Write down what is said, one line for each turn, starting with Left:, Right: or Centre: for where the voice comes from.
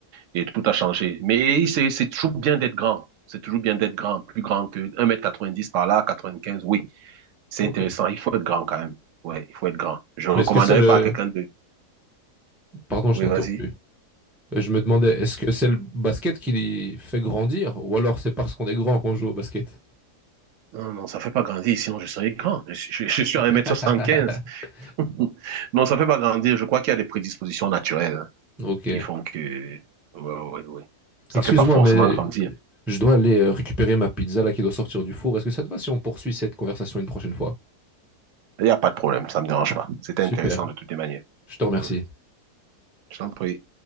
Right: et tout a changé. Mais c'est, c'est toujours bien d'être grand. C'est toujours bien d'être grand, plus grand que un mètre quatre-vingt-dix par là, 95. oui. C'est
Centre: Ok.
Right: intéressant. Il faut être grand quand même. Ouais, il faut être grand. Je ne
Centre: Mais
Right: recommanderais
Centre: est-ce que c'est le,
Right: pas à quelqu'un de.
Centre: Pardon,
Right: Oui,
Centre: je t'ai
Right: vas-y.
Centre: interrompu. Euh, Je me demandais, est-ce que c'est le basket qui les fait grandir, ou alors c'est parce qu'on est grand qu'on joue au basket?
Right: Non, non, ça ne fait pas grandir, sinon je serais grand. Je, je, je suis à un
Centre: <laughs>
Right: mètre soixante-quinze. <laughs> non, ça ne fait pas grandir. Je crois qu'il y a des prédispositions naturelles
Centre: Ok.
Right: qui font que. Ouais, ouais, ouais. Ça
Centre: Excuse-moi,
Right: ne fait pas forcément
Centre: mais
Right: grandir.
Centre: euh, je dois aller euh, récupérer ma pizza là qui doit sortir du four. Est-ce que ça te va si on poursuit cette conversation une prochaine fois?
Right: Il n'y a pas de problème, ça ne me dérange pas. C'était
Centre: Super.
Right: intéressant de toutes les manières.
Centre: Je te remercie.
Right: Ouais. Je t'en prie.